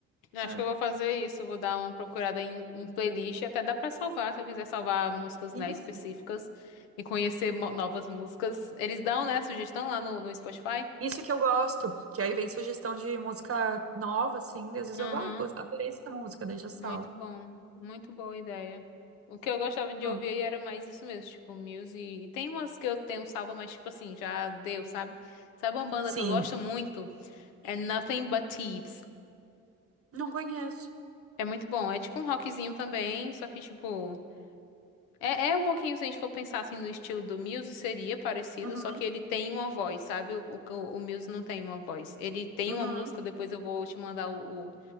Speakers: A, on the left; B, on the right.
A: Eu Acho
B: é.
A: que eu vou fazer isso. Vou dar uma procurada em, em playlist. Até dá pra salvar, se eu quiser salvar músicas,
B: Isso.
A: né, específicas e conhecer mo- novas músicas. Eles dão, né, sugestão lá no, no Spotify?
B: Isso que eu gosto, que aí vem sugestão de música nova, assim, daí às vezes
A: Aham,
B: eu, ah, gos- adorei essa música, daí já salvo.
A: muito bom. Muito boa ideia. O que eu gostava de
B: Hum,
A: ouvir aí era mais isso mesmo, tipo, Muse. E tem umas que eu tenho salva, mas tipo assim, já deu, sabe? Sabe uma banda
B: Sim,
A: que eu gosto muito? É Nothing But Thieves.
B: não conheço.
A: É muito bom. É tipo um rockzinho também, só que tipo. É, é um pouquinho, se a gente for pensar assim no estilo do Muse, seria parecido,
B: Uhum,
A: só que ele tem uma voz, sabe? O, o, o Muse não tem uma voz. Ele tem
B: uhum,
A: uma música, depois eu vou te mandar o, o,